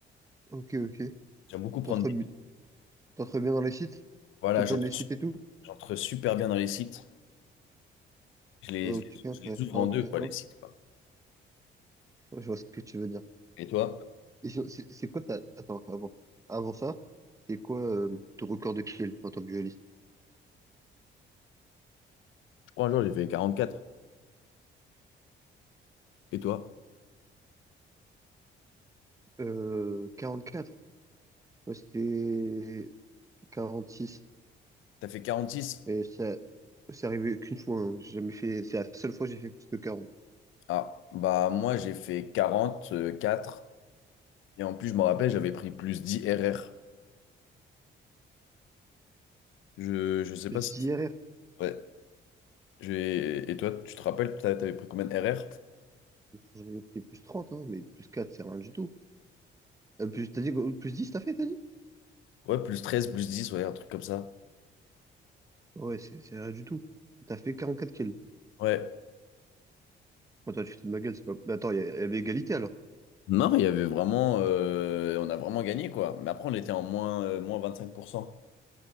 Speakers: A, on the right; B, on the left.
A: ok, ok.
B: J'aime beaucoup prendre
A: T'entres
B: des.
A: bi- t'entres bien dans les sites?
B: Voilà,
A: T'open
B: j'entre
A: les sites et tout?
B: j'entre super bien dans les sites. Je les,
A: Ok,
B: je
A: intéressant,
B: les, je les ouvre en deux,
A: intéressant.
B: quoi, les sites, quoi.
A: Ouais, je vois ce que tu veux dire.
B: Et toi?
A: Et sinon, C'est c'est quoi ta... Attends, avant. Avant ça, c'est quoi euh, ton record de kill en tant que dueliste?
B: Je crois un jour, j'ai fait 44. Et toi?
A: Euh, 44. Moi, c'était 46.
B: T'as fait 46?
A: Et ça, c'est arrivé qu'une fois. hein. J'ai jamais fait... C'est la seule fois que j'ai fait plus de 40.
B: Ah, bah moi, j'ai fait 44. Et en plus, je me rappelle, j'avais pris plus 10 RR. Je, je sais
A: Plus
B: pas si.
A: 10 RR.
B: Ouais. J'ai- Et toi, tu te rappelles, t'as- t'avais pris combien de RR?
A: J'aurais pris plus 30, hein, mais plus 4, c'est rien du tout. Euh, plus... T'as dit quoi plus 10, t'as fait, t'as dit?
B: Ouais, plus 13, plus 10, ouais, un truc comme ça.
A: Ouais, c'est c'est rien du tout. T'as fait 44 kills.
B: Ouais.
A: Attends, tu te fous de ma gueule, c'est pas... Mais attends, il y a- il y avait égalité, alors.
B: Non, il y avait vraiment, euh, on a vraiment gagné quoi. Mais après, on était en moins, euh, moins 25%.